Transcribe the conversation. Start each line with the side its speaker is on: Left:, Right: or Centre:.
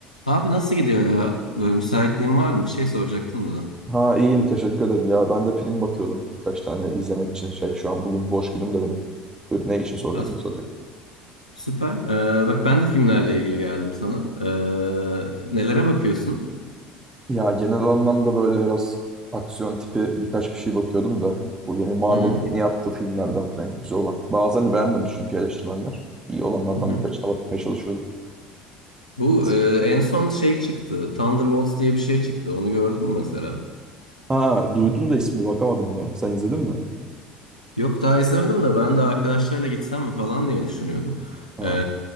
Left: Abi nasıl gidiyor ya? Böyle müsaitliğin var mı? Bir şey soracaktım da.
Right: Ha iyiyim teşekkür ederim. Ya ben de film bakıyordum birkaç tane izlemek için. Şey şu an bugün boş günüm de benim. Buyur, ne için soracak
Left: Ya, sü-
Right: ne soracak?
Left: süper. Ee, bak ben de filmlerle ilgili geldim sana. Ee, nelere bakıyorsun?
Right: Ya genel anlamda böyle biraz aksiyon tipi birkaç bir şey bakıyordum da. Bu yeni Marvel'ın
Left: Hı hı.
Right: yeni yaptığı filmlerden falan güzel olan. Bazılarını beğenmemiş çünkü eleştirmenler. İyi olanlardan
Left: Hı hı.
Right: birkaçına bakmaya çalışıyordum.
Left: Bu
Right: Eski.
Left: e, en son şey çıktı. Thunderbolts diye bir şey çıktı. Onu gördün mü mesela?
Right: Ha duydum da ismini bakamadım ya. Sen izledin mi?
Left: Yok daha izlemedim de ben de arkadaşlarla gitsem mi falan diye düşünüyordum.
Right: Ha
Left: Ee,